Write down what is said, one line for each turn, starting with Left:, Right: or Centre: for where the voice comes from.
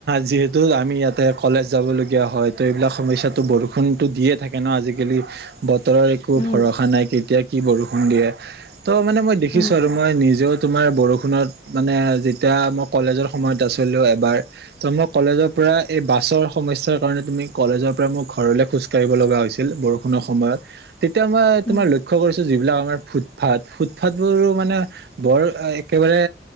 Right: যিহেতু আমি ইয়াতে কলেজ যাবলগীয়া হয় ত এইবিলাক সমস্যাতো বৰষুণ, নটো দিয়ে থাকে ন আজিকালি। বতৰৰ একো
Left: উম
Right: ভৰসা নাই, কেতিয়া কি বৰষুণ দিয়ে। ত' মানে মই দেখিছো
Left: উম
Right: আৰু মই নিজেও তোমাৰ বৰষুণত মানে যেতিয়া মই কলেজৰ সময়ত আছো। কিন্তু এবাৰ। ত মই কলেজৰ পৰা এই বাছৰ সমস্যাৰ কাৰণে তুমি কলেজৰ পৰা ম ঘৰ - খোজ কঢ় লগা হৈছিল বৰষুণৰ সময়ত। তেতিয়া মই তোমাৰ
Left: উম
Right: লক্ষ্য কৰিছো, যিবিলাক আমাৰ ফুটফাট ফুটফাত বোৰো মানে বৰ। একেবাৰে